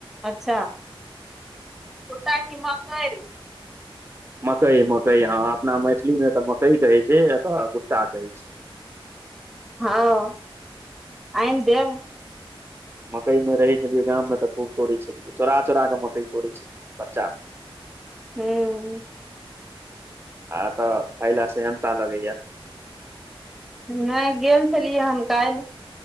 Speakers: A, in the centre; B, on the right (about 25°).
A: अच्छा भुट्टा की मकइ
B: मकइ मकइ हँ अपना मैथिली मे तऽ मकइ कहै छै एतऽ गुट्टा कहै छै
A: हँ आइन देब
B: मकइ मे रहे छलियै गाम मे त खूब तोड़े छलियै चोरा चोरा के मकइ तोड़ै छलियै बच्चा
A: हूंम्म
B: आ अतऽ खायला सेहंता लगैया
A: नहि गेल छलियै हन काल्हि